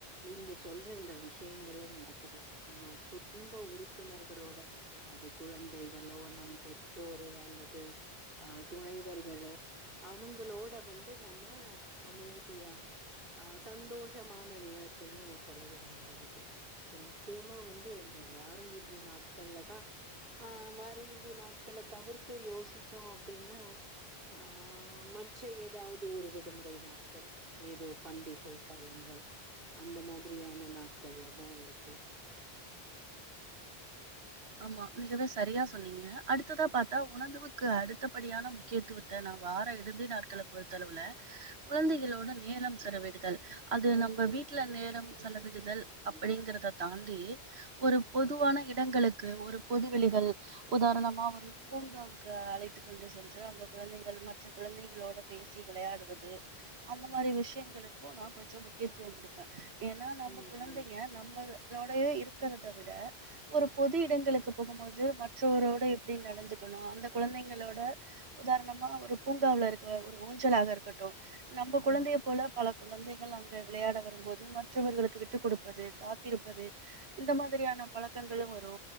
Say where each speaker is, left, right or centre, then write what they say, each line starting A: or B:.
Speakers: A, on the right; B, on the right.
A: நீங்க சொல்ற இந்த விஷயங்களே நடக்குது நம்ம குடும்ப உறுப்பினர்களோட அது குழந்தைகளோ நம் பெற்றோரோ அல்லது அ துணை அவர்களோ அவங்களோட வந்து நம்ம அமைதியா அ சந்தோஷமான நேரத்தையு செலவிட முடியிது சோ நிச்சயமா வந்து இந்த வார இறுதி நாட்கள்லதா ஆ வார இறுதி நாட்கள தவிர்த்து யோசிச்சோ அப்டினா ஆ மற்ற ஏதாவ்து ஒரு விடுமுறை நாட்கள் ஏதோ பண்டிகை காலங்கள் அந்த மாதிரியான நாட்கள்லதா இருக்கு
B: ஆமா மிகவு சரியா சொன்னீங்க அடுத்ததா பாத்தா உணந்துவுக்கு அடுத்தபடியான முக் கியத்துவத்த நா வார இறுதி நாட்கள பொறுத்தளவுல கொழந்தைகளோட நேரம் செலவிடுதல் அது நம்ம வீட்ல நேரம் செலவிடுதல் அப்டிங்கறத தாண்டி ஒரு பொதுவான இடங்களுக்கு ஒரு பொதுவெளிகள் உதாரணமா ஒரு பூங்காவுக்கு அழைத்து கொண்டு செ ன்று அங்க குழந்தைகள் மற்ற குழந்தைங்குளோட பேசி விளையாடுவது அந்த மாரி விஷ்யங்களுக்கு நா கொஞ்சோ முக்கியத்துவோ குடுப்ப ஏனா நம்ம
A: ம்
B: குழந்தைங்க
A: ம்
B: நம்பது லோடயே இருக்கறத விட ஒரு பொது இடங்களுக்கு போகுமோது மற்றவரோட எப்டி நடந்துக்கணு அந்த குழந்தைங்களோட உதார்ணமா ஒரு பூங்காவ்ல இருக்க ஒரு ஊஞ்சலாக இருக்கட்டு நம்ப குழந்தைய போல பல குழந்தைகள் அங்க விளையாட வரும்போது மற்றவர்களுக்கு விட்டு குடுப்பது காத்திருப்பது இந்த மாதிரியான பழக்கங்களு வ ரு